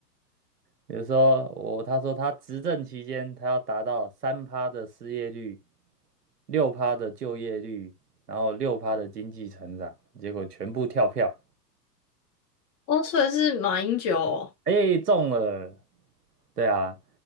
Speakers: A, on the right (about 70°); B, on the left (about 30°).
A: 比如说我他说他执政期间，他要达到三趴的失业率，六趴的就业率，然后六趴的经济成长，结果全部跳票，
B: 哦，所以是马英九哦，
A: 哎，中了。对啊，